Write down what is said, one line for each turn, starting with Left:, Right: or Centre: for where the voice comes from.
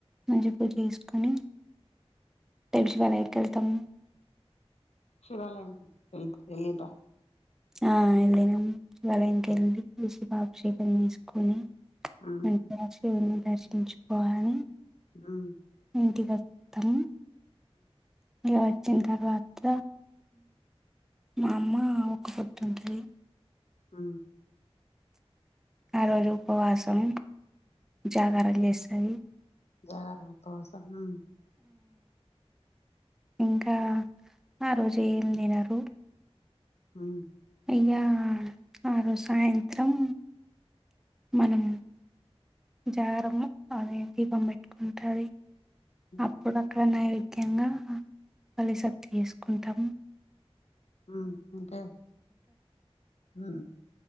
Centre: మంచి పూజ చేసుకొని శివాలయనికి వెళ్తాము
Left: వెళ్లాలనుకునం లేదు వెళ్లిందా
Centre: ఆ వెళ్ళినము శివాలయం ఇంకెళ్ళి అభిషేకం చేస్కుని
Left: ఉమ్
Centre: మంచిగా శివుని దర్శించుకోవాలి
Left: ఉమ్మ్
Centre: ఇంటికీ వాతాము ఇగ వచ్చిన తర్వాత మా అమ్మ ఒక పొద్దుంటది
Left: ఆ
Centre: ఆ రోజు ఉపవాసం జాగరం చేస్తది
Left: జగరం ఉపావసంమా
Centre: ఇంకా ఆ రోజు ఏం తినరు
Left: ఉమ్
Centre: ఈగా ఆరోజు సాయంత్రం మనం జాగరం లో అమ్మే దీపం పెట్టుకుంటాది
Left: ఉమ్
Centre: అప్పుడు అక్కడ నైవేద్యంగా ఫలిసత్తు చేసుకుంటాము
Left: ఆ ఇంకా మ్మ్